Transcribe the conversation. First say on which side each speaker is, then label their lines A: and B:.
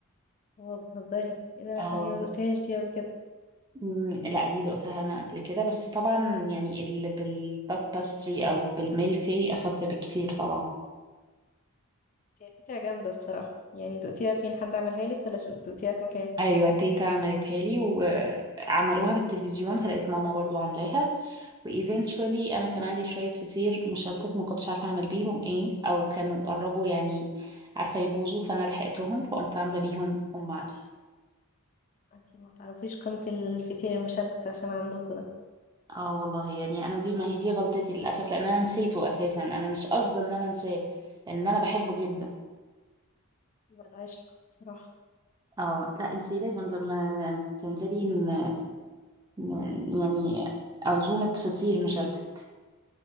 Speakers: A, on the left (about 35°); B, on the right (about 20°).
A: هو بتهزري ايه ده
B: اه
A: لا دي ما دقتهاش دي قبل كده
B: مم، لا دي دقتها انا قبل كده بس طبعا يعني اللي بالباف باستري او بالميلفي اخف بكتير طبعا
A: بس هي فكره جامده الصراحه يعني دقتيها فين حد عملها لك ولا شو دقتيها في مكان
B: ايوه تيتا عملتها لي وعملوها في التلفزيون فلقيت ماما برضو عاملاها وايفينشولي انا كان عندي شويه فطير مشلتت ما كنتش عارفه اعمل بيهم ايه او كانوا قربوا يعني عارفه يبوظوا فانا لحقتهم فقمت عامله بيهم ام علي
A: انت ما تعرفيش قيمه الفطير المشلتت عشان عندكم ده
B: اه والله يعني انا دي ما هي دي غلطتي للاسف لان انا نسيته اساسا انا مش قصدي ان انا انساه لان انا بحبه جدا
A: ما بقدرش الصراحه
B: اه لا انتي لازم لما تنزلي ن... ن... يعني عزومة فطير مشلتت